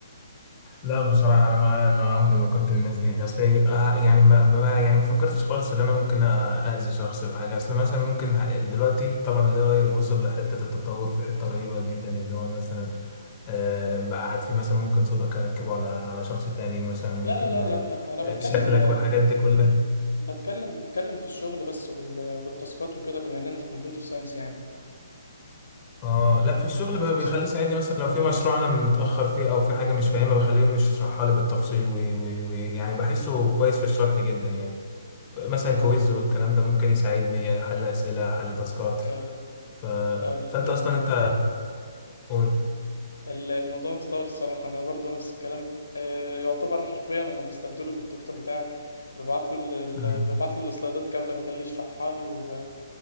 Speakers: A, on the left (about 25°); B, on the left (about 80°).
A: لا بصراحة أنا ما ما عمري ما كنت من الناس دي أصل آه يعني ما ما يعني ما فكرتش خالص إن أنا ممكن أأذي شخص بحاجة أصل مثلا ممكن ه- دلوقتي طبعا ال AI وصل لحتة التطور في حتة رهيبة جدا اللي هو مثلا آه بقى قاعد فيه مثلا ممكن صوتك أركبه على على شخص تاني مثلا ممكن
B: لا لا لا لا لا انا بتكلم
A: آه، شكلك والحاجات دي كلها
B: بتكلم بتكلم في الشغل بس وال... والتاسكات وكده بما اننا في كمبيوتر ساينس يعني
A: اه لا في الشغل
B: انت
A: بقى
B: بتست...
A: بيخليه يساعدني مثلا لو في مشروع انا متاخر فيه او في حاجه مش فاهمها بخليه يخش يشرحها لي بالتفصيل ويعني بحسه كويس في الشرح جدا يعني مثلا
B: اه
A: كويز والكلام ده ممكن يساعدني حل اسئله حل تاسكات
B: آه،
A: ف...
B: ال-
A: فانت
B: المو...
A: اصلا انت قول
B: ال- الموضوع متطور الصراحة انا برضو نفس الكلام آه، يعتبر حرفيا انا بستبدله بالدكتور بتاعي ببعت له ال...
A: مم.
B: ال- ببعت له السلايدات كاملة بخليه يشرحها لي و...